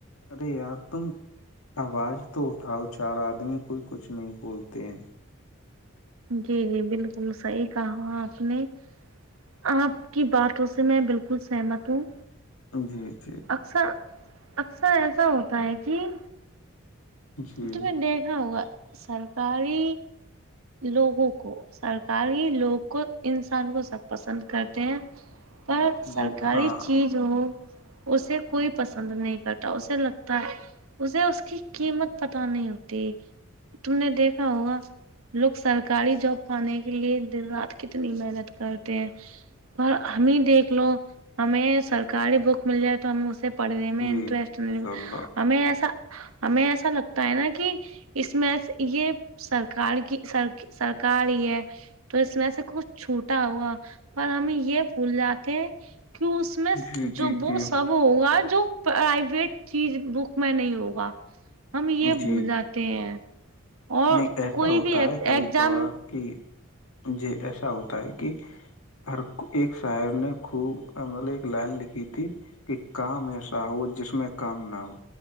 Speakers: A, on the left (about 80°); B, on the right (about 80°).
A: ارے یار تم آواز تو اٹھاؤ چار آدمی کوئی کچھ نہیں بولتے ہیں
B: جی جی بالکل صحیح کہا آپ نے آپ کی باتوں سے میں بالکل سہمت ہوں
A: جی جی
B: ار اکثر ایسا ہوتا ہے کہ
A: جی
B: تو میں دیکھ رہا ہووںگا سرکاری لوگوں کو سرکار ہی لوگ کو انسان کو سب پسند کرتے ہیں پر سرکاری
A: جی ہاں
B: چیز جو اسے کوئی پسند نہیں کرتا اسے لگتا ہے اسے اس کی قیمت پت
A: جی
B: نہیں ہوتی تم نے دیکھا ہوگا لوگ سرکاری جاب پانے کے لیے دن رات کتنی محنت کرتے ہیں پر ہمیں دیکھ لو ہمیں سرکاری بک مل جائے تو ہم اسے پڑھنے میں
A: جی
B: انٹرسٹ
A: انشاء اللہ
B: ہمیں ایسا ہمیں ایسا لگتا ہے نا کہ اس میں یہ سرکار کی سر سرکار ہی ہے تو اس میں سے کچھ چھوٹا ہوا پر ہم یہ بھول جاتے کہ اس اس میں
A: جی جی
B: جو وہ
A: جی
B: سب ہوگا جو پرائیویٹ چیز بک میں نہیں ہوگا ہم یہ
A: جی
B: بھول جاتے ہیں اور
A: نہیں ایسا
B: کوئی
A: ہوتا
B: بھی ایگزام
A: ہے کبھی کبھار کہ م جے ایسا ہوتا ہے کہ ہر ایک شاعر نے خوب مطلب ایک لائن لکھی تھی کہ کام ایسا ہو جس میں کام نہ ہو